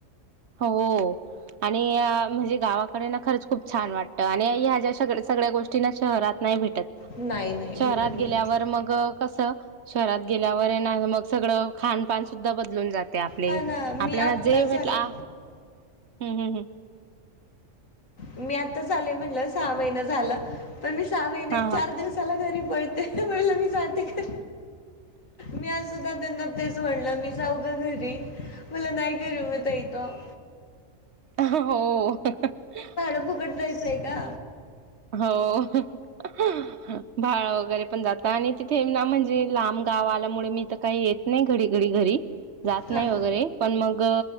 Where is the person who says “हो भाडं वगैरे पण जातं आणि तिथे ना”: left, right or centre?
Right